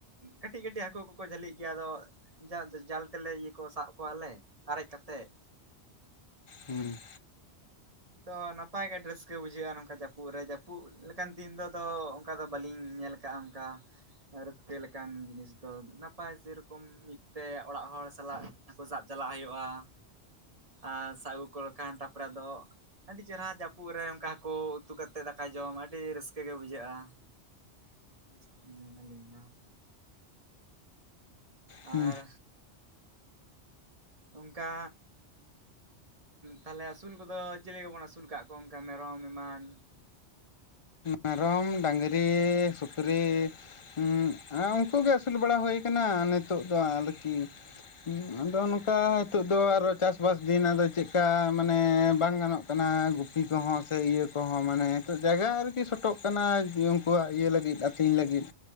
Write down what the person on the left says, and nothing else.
ᱦᱩᱸ᱾
ᱦᱩᱸ
ᱢᱮᱨᱚᱢ, ᱰᱟᱝᱨᱤ, ᱥᱩᱠᱨᱤ ᱩᱸᱜ, ᱟᱨ ᱩᱱᱠᱩ ᱜᱮ ᱟᱹᱥᱩᱞ ᱵᱟᱲᱟ ᱦᱩᱭ ᱠᱟᱱᱟ ᱱᱤᱛᱚᱜ ᱫᱚ ᱟᱨᱠᱤ ᱟᱫᱚ ᱱᱚᱝᱠᱟ ᱱᱤᱛᱚᱜ ᱫᱚ ᱟᱨᱚ ᱪᱟᱥᱵᱥ ᱫᱤᱱ ᱟᱫᱚ ᱪᱮᱫᱠᱟ ᱢᱟᱱᱮ ᱵᱟᱝ ᱜᱟᱱᱚᱜ ᱠᱟᱱᱟ ᱜᱩᱯᱤ ᱠᱚᱦᱚᱸ ᱥᱮ ᱤᱭᱟᱹ ᱠᱚᱦᱚᱸ ᱢᱟᱱᱮ ᱱᱤᱛᱚᱜ ᱡᱟᱭᱜᱟ ᱟᱨ ᱠᱤ ᱥᱚᱴᱚᱜ ᱠᱟᱱᱟ ᱩᱱᱠᱩᱣᱟᱜ ᱤᱭᱟᱹ ᱞᱟᱹᱜᱤᱫ ᱟᱹᱛᱤᱧ ᱞᱟᱹᱜᱤᱫ᱾